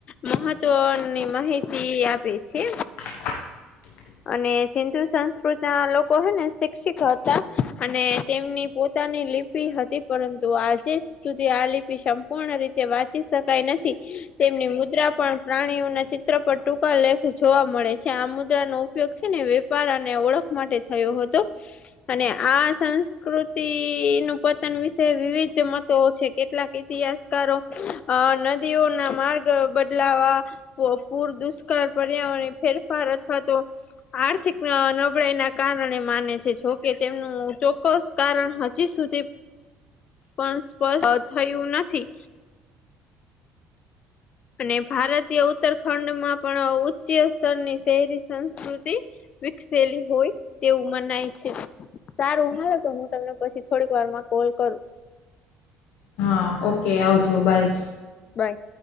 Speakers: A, on the left; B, on the left.
A: મહત્વની માહિતી આપે છે.
B: <inaudible>
A: અને સિંધુ સંસ્કૃત ના લોકો હે ને શિક્ષિત હતા. અને તેમની પોત તાની લિપિ હતી, પરંતુ આજે સુધી આ લિપિ સંપૂર્ણ રીતે વાંચી શકાય નથી. તેમની મુદ્રા પણ પ્રાણીઓના ચિત્ર પર ટૂંકા લેખ જોવા મળે છે. આ મુદ્રાનો ઉપયોગ છે ને વેપ પાર અને ઓળખ માટે થયો હતો. અને આ સંસ્કૃત તિનું પતન વિશે વિવિધ મતો છે. કેટલાક ઇતિહાસકારો અહ નદીઓના માર્ગ બદલાવવા પ પૂર દુષ કાળ પર્યાવરણ એ ફેરફાર અથવા તો આર્થિક નબળાઈ ના કારણે માને છે. જોકે તેમનું ચોક્કસ કારણ હજી સુધી પણ સ્પષ્ટ થયું નથી. અને ભારતીય ઉત્તરખંડ માં પણ ઉચ્ચીય સ્તરની શહેરી સંસ્કૃતિ વિકસેલી હોય તેવું મનાય છે. સારું હાલો તો હું તમને પછી થોડીક વાર માં કોલ કરું.
B: હા, ઓકે, આવજો, બાય.
A: બાય.